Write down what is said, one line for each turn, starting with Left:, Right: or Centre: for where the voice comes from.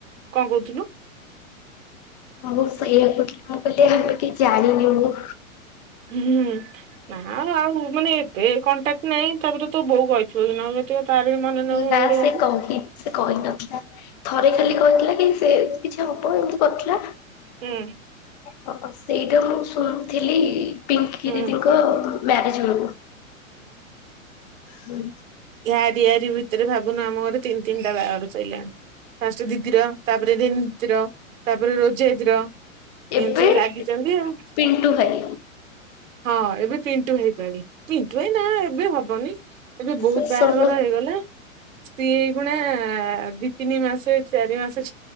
Right: କଣ କହୁଥିଲୁ?
Left: ମୁ ସେଇଆକୁଥିଲ ମୁଁ ଆମେ କି ଜାଣିନି ମୁଁ
Right: ହୁଁ ନାଉ ଆଉ ମାନେ ଏତେ କଣ୍ଟାକ୍ଟ ନାହିଁ ତାପରେ ତୋ ବୋଉ କହିଥିବ କି ନ କହିଥିବ ତାର ବି ମନେ ନ
Left: ନା
Right: ରହୁନି।
Left: ସେ କହି ସେ କହି ନଥିଲା ଥରେ
Right: ହୁଁ
Left: ଖାଲି କହିଥିଲା କି ସେ କିଛି ହବ ଏମିତି କରିଥିଲା
Right: ହୁଁ।
Left: ହ ସେଇଟା ମୁଁ ଶୁଣିଥିଲି ପିଙ୍କି
Right: ହୁଁ
Left: ଦିଦିଙ୍କ ମ୍ୟାରେଜ ବେଳକୁ। ହୁଁ।
Right: ଆରି ଆରି ଭିତରେ ଭାବୁନୁ ଆମ ଘୋରେ ତିନି ତିନିଟା ବାହାଘର ସଇଲାଣି। ଫାଷ୍ଟ ଦିଦିର ତାପରେ ଜିନି ଦିଦର ତାପରେ ରୋଜିୟା ଦିଦି ର।
Left: ଏବେ
Right: ଏମିତି ସବୁ ଲାଗିଛନ୍ତି ଆଉ।
Left: ପିଣ୍ଟୁ ଭାଇ
Right: ହଁ ଏବେ ପିଣ୍ଟୁଭାଇ ପାଳି ପିଣ୍ଟୁ ଏଇ ନା ଏବେ ହବନି ଏବେ ବହୁତ
Left: ସେ
Right: ବାହାଘର
Left: ସୋଲ
Right: ହେଇଗଲା ସ୍ତ୍ରୀ ଏଇଖୁଣା ଦି ତିନି ମାସ ଚାରି ମାସ